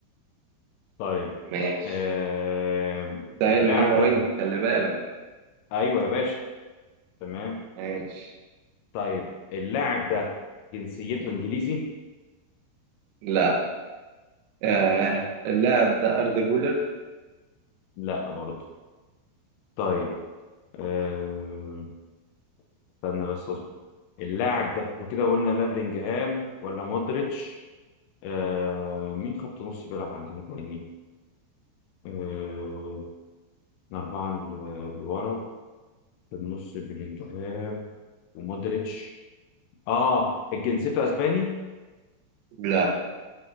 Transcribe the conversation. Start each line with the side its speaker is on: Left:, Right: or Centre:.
Left: طيب
Right: ماشي
Left: آه...
Right: انت قايل
Left: اللاعب
Right: ان هو
Left: ده
Right: وينج خلي بالك
Left: ايوه يا باشا تمام
Right: ماشي
Left: طيب اللاعب ده جنسيته انجليزي
Right: لا آه اللاعب ده أردا جولر
Left: لا برضه طيب آه... استنى بس اصبر اللاعب ده احنا كده قلنا لا بلينجهام ولا مودريتش آه مين خط نص بيلعب عندنا تاني؟ آه احنا أربعة ل- لورا في النص بلينجهام ومودريتش اه جنسيته اسباني
Right: لا